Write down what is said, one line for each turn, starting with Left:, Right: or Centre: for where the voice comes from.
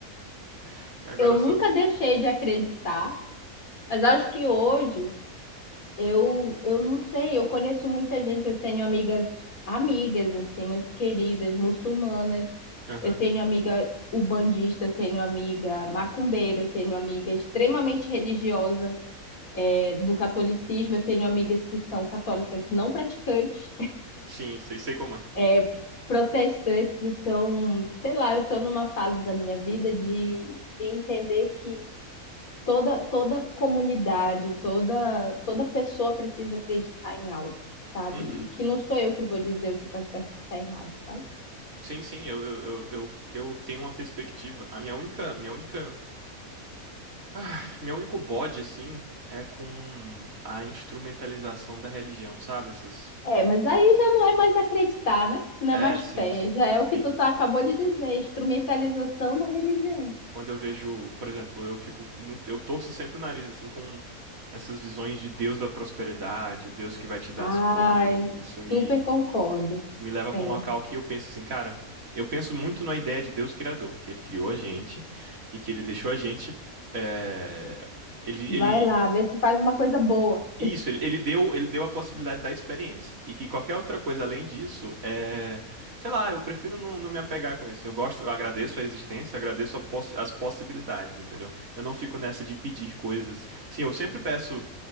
Right: <laughs> agora
Left: Eu
Right: eu
Left: nunca
Right: sou.
Left: deixei de acreditar, mas acho que hoje Eu, eu não sei, eu conheço muita gente, eu tenho amigas, amigas assim, muito queridas, muçulmanas.
Right: Aham.
Left: Eu tenho amiga ubandista, eu tenho amiga macumbeira, eu tenho amiga extremamente religiosa, é, do catolicismo, eu tenho amigas que são católicas não praticantes,
Right: Sim, sei, sei como é.
Left: é, protestantes, então, sei lá, eu estou numa fase da minha vida de, de entender que toda toda comunidade, toda toda pessoa precisa acreditar em algo, sabe?
Right: Uhum.
Left: E que não sou eu que vou dizer o que tá certo e o que tá errado, sabe?
Right: Sim, sim, eu, eu, eu, eu, eu tenho uma perspectiva. A minha única, minha única, ah, meu único bode assim é com a instrumentalização da religião, sabe? Essas
Left: É, mas aí já não é mais acreditar, né? Não
Right: É,
Left: é mais
Right: sim,
Left: fé,
Right: sim,
Left: já é o que
Right: sim.
Left: tu tá, acabou de dizer, instrumentalização da religião.
Right: Quando eu vejo, por exemplo, eu fico muito, eu torço sempre o nariz assim com essas visões de Deus da prosperidade, o Deus que vai te dar
Left: Ai,
Right: as coisas. Isso me,
Left: super concordo.
Right: isso me leva para
Left: Sim.
Right: um local que eu penso assim, cara, eu penso muito na ideia de Deus criador, que ele criou a gente e que ele deixou a gente, eh, ele,
Left: Vai
Right: ele
Left: lá, vê se faz uma coisa boa.
Right: Isso, ele, ele deu, ele deu a possibilidade da experiência. E que qualquer outra coisa além disso é. Sei lá, eu prefiro não, não me apegar com isso. Eu gosto, eu agradeço a existência, agradeço a possi- as possibilidades, entendeu? Eu não fico nessa de pedir coisas. Sim, eu sempre peço